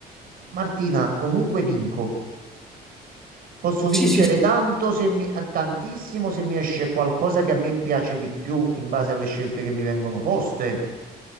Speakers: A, on the right; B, in the centre.
A: Martina, comunque vinco. Posso
B: Sì,
A: vincere
B: sì, sì.
A: tanto se mi, a- tantissimo se mi esce qualcosa che a me piace di più in base alle scelte che mi vengono poste.